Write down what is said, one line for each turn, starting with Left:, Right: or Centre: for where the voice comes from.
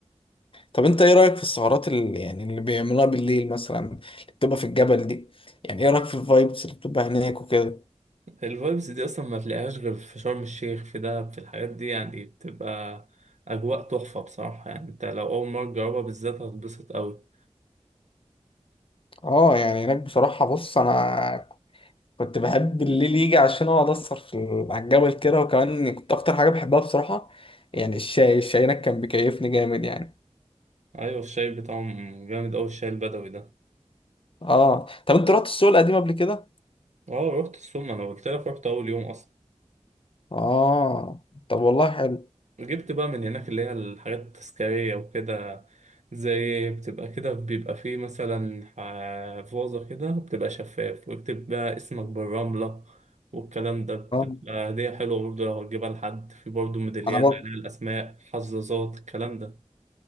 Left: طب انت ايه رأيك في السهرات اللي يعني اللي بيعملوها بالليل مثلا اللي بتبقى في الجبل دي يعني ايه رأيك في الفايبس اللي بتبقى هناك وكده
Right: الفايبس دي اصلا ما تلاقيهاش غير في شرم الشيخ في دهب في الحاجات دي يعني بتبقى اجواء تحفه بصراحه يعني انت لو اول مره تجربها بالذات هتتبسط قوي
Left: اه يعني هناك بصراحة بص انا كنت بحب الليل يجي عشان اقعد اسهر في ال- على الجبل كده وكمان كنت اكتر حاجة بحبها بصراحة يعني الشاي الشاي هناك كان بيكيفني جامد يعني
Right: ايوه الشاي بتاعهم جامد قوي الشاي البدوي ده
Left: اه طب انت رحت السوق القديم قبل كده
Right: اه رحت السوق ما انا قلت لك رحت اول يوم اصلا
Left: اه طب والله حلو
Right: جبت بقى من هناك اللي هي الحاجات التذكارية وكده زي بتبقى كده بيبقى فيه مثلا ح- فوزة كده بتبقى شفاف ويكتب بقى اسمك بالرملة والكلام ده بتبقى
Left: اه
Right: هدية حلوة برضه لو هتجيبها لحد في برضه ميداليات
Left: انا برضه
Right: عليها الأسماء حظاظات الكلام ده